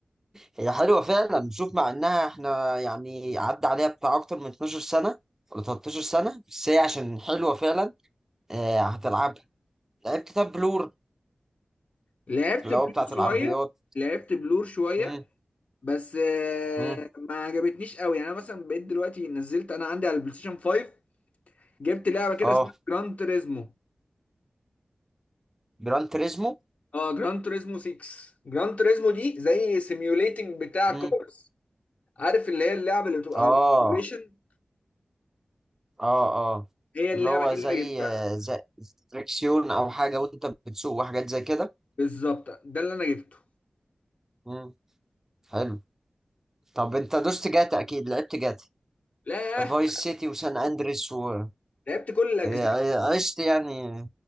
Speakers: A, on the right; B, on the left.
A: هي حلوة فعلا نشوف مع انها احنا يعني عدى عليها بتاع اكتر من 12 سنة ولا 13 سنة بس هي عشان حلوة فعلا آه هتلعبها لعبت كتاب بلور
B: لعبت
A: اللي
B: بلور
A: هو بتاعت العربيات
B: شويه لعبت بلور شويه
A: امم
B: بس آه،
A: امم
B: ما عجبتنيش قوي يعني انا مثلا بقيت دلوقتي نزلت انا عندي على البلاي ستيشن 5 جبت لعبه كده
A: اه
B: اسمها جران تريزمو
A: جران تريزمو
B: اه جران تريزمو 6 جران تريزمو دي زي سيميوليتنج بتاع
A: امم
B: كورس عارف اللي هي اللعبه اللي بتبقى
A: اه
B: على السيميوليشن
A: اه اه
B: هي
A: اللي
B: اللعبه
A: هو
B: دي اللي
A: زي
B: انا جبتها
A: آه، زي تريكسيون او حاجة وانت بتسوق وحاجات زي كده
B: بالظبط ده اللي انا جبته
A: امم حلو طب انت دوست جاتا اكيد لعبت جاتا
B: لا
A: فايس سيتي وسان اندريس و...
B: لعبت كل الاجزاء
A: آه، عشت يعني